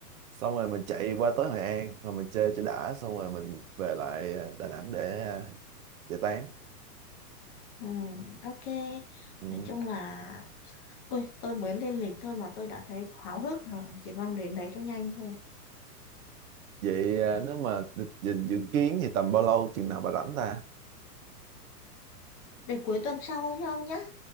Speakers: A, on the right (about 60°); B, on the left (about 30°).
A: xong rồi mình chạy qua tới Hội An rồi mình chơi cho đã xong rồi mình về lại ờ, Đà Nẵng để ờ, giải tán
B: ừ, ok
A: ừ.
B: nói chung là ôi tôi mới lên lịch thôi mà tôi đã thấy háo hức rồi chỉ mong đến đấy cho nhanh thôi
A: vậy ờ, nếu mà dự, dự, dự kiến thì tầm bao lâu chừng nào bà rảnh ta
B: để cuối tuần sau nhau nhá